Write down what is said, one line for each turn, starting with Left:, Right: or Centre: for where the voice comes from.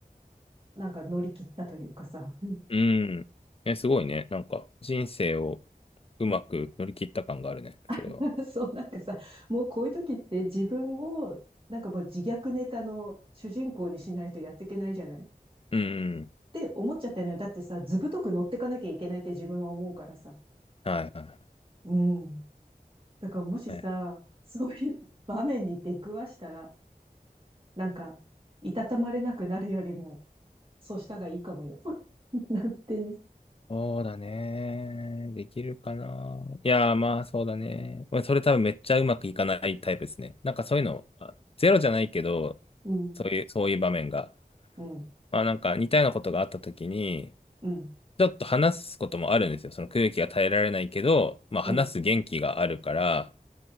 Right: なんか乗り切ったというかさ。
Left: うん。え、すごいね。なんか、人生をうまく乗り切った感があるね、
Right: <laughs>
Left: それは。
Right: そう、なんかさ、もうこういう時って自分を、なんかもう自虐ネタの主人公にしないとやっていけないじゃないっ
Left: うん、うん
Right: て思っちゃったのよ。だってさ、図太く乗ってかなきゃいけないって自分は思うからさ。
Left: はい、は
Right: うん。だからもしさ、
Left: い。
Right: そういう場面に出くわしたら、なんか、いたたまれなくなるよりも、そうしたがいいかもよ。<laughs> なってね。
Left: そうだね。できるかな。いやー、まあそうだね。まあそれ多分めっちゃうまくいかないタイプですね。なんかそういうの、まあゼロじゃないけど、
Right: うん、
Left: そういう、そういう場面が。
Right: うん、
Left: まあなんか似たようなことがあった時に、
Right: うん、うん、
Left: ちょっと話すこともあるんですよ。その空気が耐えられないけど、まあ話す元気があるから、
Right: うん、